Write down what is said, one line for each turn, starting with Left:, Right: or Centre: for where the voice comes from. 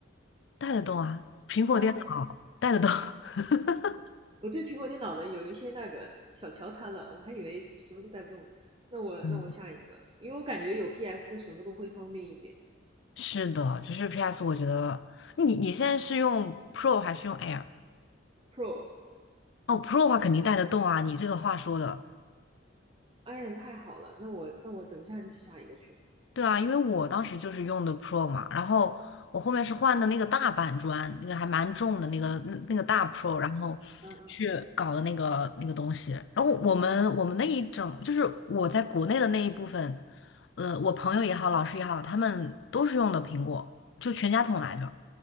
Left: 带得动啊，苹果电脑带得动，
Right: 啊、
Left: <laughs>
Right: 我对苹果电脑的有一些那个小瞧它了，我还以为什么都带不动。那我那我下一个，
Left: 嗯，
Right: 因为我感觉有 PS 什么都会方便一点。
Left: 是的，就是 PS，我觉得你你现在是用 Pro 还是用 Air？
Right: Pro，
Left: 哦，Pro 的话肯定带得动啊，你这个话说的，
Right: 哎呀，太好了，那我那我等一下就去下一个去。
Left: 对啊，因为我当时就是用的 Pro 嘛，然后我后面是换的那个大板砖，那个还蛮重的那个那那个大 Pro，然后去搞的那个那个东西，
Right: 嗯嗯，
Left: 然后我们我们那一整就是我在国内的那一部分，呃，我朋友也好，老师也好，他们都是用的苹果，就全家桶来着，